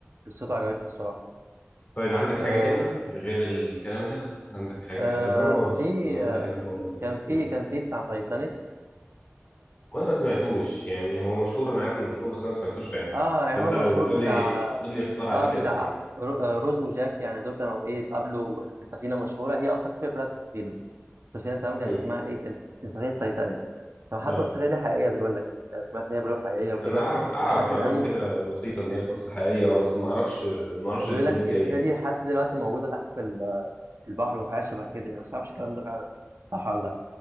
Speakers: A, on the right; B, on the left.
A: قصته عجبتني الصراحه
B: طيب عندك حاجة
A: آه
B: تاني غير الكلام ده عندك حاجة
A: آه
B: هي دراما برضه
A: في
B: آه، قول
A: آه
B: لي حاجة دراما برضه
A: كان في
B: مم.
A: كان في بتاع تايتانيك
B: وأنا ما سمعتوش يعني هو مشهور أنا عارف إنه مشهور بس أنا ما سمعتوش فعلا
A: اه يعني
B: فأنت
A: هو
B: لو
A: مشهور
B: تقول
A: بتاع
B: لي قول لي اختصار عليه
A: اه
B: كده
A: بتاع
B: سريع
A: رو- آه، روز وجاك يعني دول كانوا ايه اتقابلوا في سفينه مشهوره هي اصلا الفكره كلها في السفينه السفينه تمام كان
B: مم.
A: اسمها ايه كانت سفينه تايتانيك فحتى
B: اه
A: السفينه دي حقيقيه بيقول لك يعني سمعت ان هي بيقولوا حقيقيه وكده
B: أنا أعرف أعرف
A: ولحد
B: معلومة
A: الان
B: كده بسيطة إن هي قصة حقيقية أه بس ما أعرفش ما أعرفش
A: وبيقول
B: دنيتها
A: لك السفينه
B: إيه يعني.
A: دي لحد دلوقتي موجوده تحت ال- البحر وحاجه شبه كده يعني بس ما اعرفش الكلام ده فعلا صح ولا لا